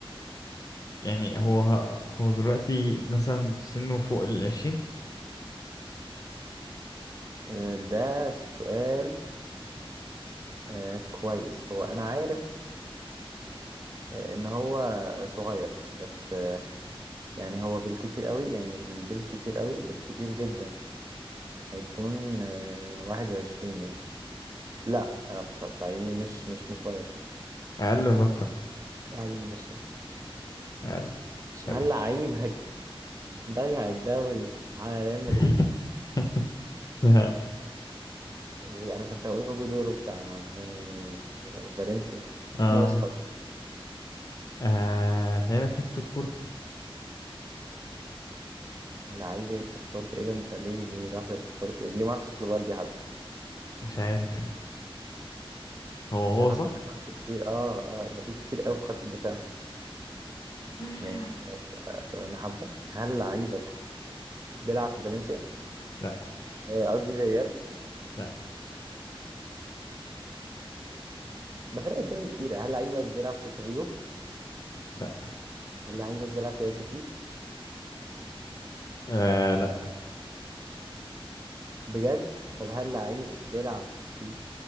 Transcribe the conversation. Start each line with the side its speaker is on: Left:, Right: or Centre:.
Left: يعني هو هو دلوقتي مثلا سنه فوق العشرين
Right: آه، ده سؤال آه، كويس هو أنا عارف آه، إن هو صغير بس آه، يعني هو بالكتير قوي يعني بالكتير قوي بالكتير جدا هيكون آه، واحد وعشرين يعني لا أنا افتكرت لعيبي مش مش مش واحد وعشرين
Left: أقل ولا أكتر
Right: أقل من عشرين
Left: أقل
Right: ماشي.
Left: حلو
Right: هل لعيبك ضيع الدوري على ريال مدريد؟
Left: <laughs> لا
Right: دي انا كنت هقول هوجو دورو بتاع ف- فالنسيا
Left: آه
Right: ماشي خلاص
Left: آه لعيبك هيكتور فورت
Right: اللعيب يكسب فورت ايه ده انت ليه ليه رحت لفورت ليه ما رحتش لبالدي حتى
Left: مش عارف <laughs> هو
Right: يعني انت
Left: هو
Right: خدت
Left: صح
Right: خدت كتير اه اه يعني في كتير قوي في خط الدفاع
Left: <laughs>
Right: ماشي خلاص اسال انا حبه هل لعيبك بيلعب في فالنسيا
Left: لا
Right: آه، قصدي في ريال
Left: لا
Right: ما فرق الدوري كتير هل لعيبك بيلعب في سيلتا فيجو
Left: لا
Right: هل لعيبك بيلعب في ريال بيتيس
Left: آه لا
Right: بجد طب هل لعيبك بيلعب في